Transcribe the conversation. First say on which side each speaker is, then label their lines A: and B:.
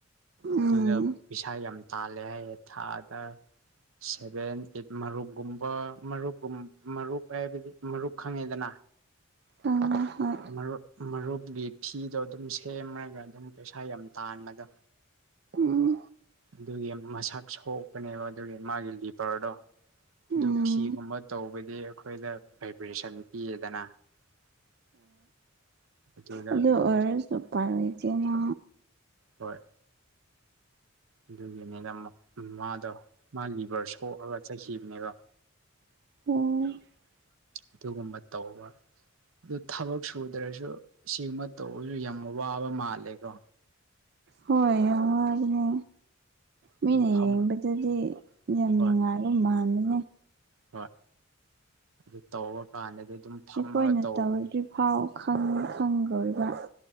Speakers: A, on the right (about 75°); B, on the right (about 50°).
A: ꯑꯗꯨꯗ
B: ꯎꯝ
A: ꯄꯩꯁꯥ ꯌꯥꯝ ꯇꯥꯜꯂꯦ ꯍꯥꯏ ꯊꯥꯗ ꯁꯚꯦꯟ ꯑꯩꯠ ꯃꯔꯨꯞꯀꯨꯝꯕ ꯃꯔꯨꯞꯨꯝ ꯃꯔꯨꯞ ꯍꯥꯏꯕꯗꯤ ꯃꯔꯨꯞ ꯈꯪꯉꯦꯗꯅ
B: ꯈꯪꯉꯦ ꯍꯣꯏ
A: ꯃꯔꯨꯞ ꯃꯔꯨꯞꯀꯤ ꯐꯤꯗꯣ ꯑꯗꯨꯝ ꯁꯦꯝꯃꯒ ꯑꯗꯨꯝ ꯄꯩꯁꯥ ꯌꯥꯝ ꯇꯥꯟꯕꯗꯣ
B: ꯎꯝ
A: ꯑꯗꯨꯒꯤ ꯃꯁꯛ ꯁꯣꯛꯄꯅꯦꯕ ꯑꯗꯨꯒꯤ ꯃꯥꯒꯤ ꯂꯤꯄꯔꯗꯣ ꯑꯗꯨ
B: ꯎꯝ
A: ꯐꯤꯒꯨꯝꯕ ꯇꯧꯕꯗꯤ ꯑꯩꯈꯣꯏꯗ ꯚꯥꯏꯕ꯭ꯔꯦꯁꯟ ꯄꯤꯌꯦꯗꯅ <unintelligible> ꯑꯗꯨꯗ
B: ꯑꯗꯨꯗꯣ
A: ꯑꯗꯨꯝ
B: ꯑꯣꯏꯔꯁꯨ ꯄꯔꯗꯦꯅ
A: ꯍꯣꯏ ꯑꯗꯨꯒꯤꯅꯤꯅ ꯃꯥꯗꯣ ꯃꯥ ꯂꯤ ꯔ ꯁꯣꯛꯑꯒ ꯆꯠꯈꯤꯕꯅꯦꯕ
B: ꯑꯣ
A: ꯑꯗꯨꯒꯨꯝꯕ ꯇꯧꯕ ꯑꯗꯨ ꯊꯕꯛ ꯁꯨꯗ꯭ꯔꯁꯨ ꯁꯤꯒꯃ ꯇꯧꯕꯁꯨ ꯌꯥꯝ ꯋꯥꯕ ꯃꯥꯜꯂꯦꯀꯣ
B: ꯍꯣꯏ ꯌꯥꯝ ꯋꯥꯕꯅꯦ ꯃꯤꯅ
A: ꯐꯝ
B: ꯌꯦꯡꯕꯗꯗꯤ ꯌꯥꯝ
A: ꯍꯣꯏ
B: ꯅꯨꯡꯉꯥꯏꯕ ꯃꯅꯦ
A: ꯍꯣꯏ ꯑꯗꯨ ꯇꯧꯑ ꯀꯥꯟꯗꯗꯤ ꯑꯗꯨꯝ ꯐꯝꯃꯒ
B: ꯑꯩꯈꯣꯏꯅ
A: ꯇꯧꯕꯅꯤ
B: ꯇꯧꯗ꯭ꯔꯤ ꯐꯥꯎ ꯈꯪꯗꯣꯣꯏꯕ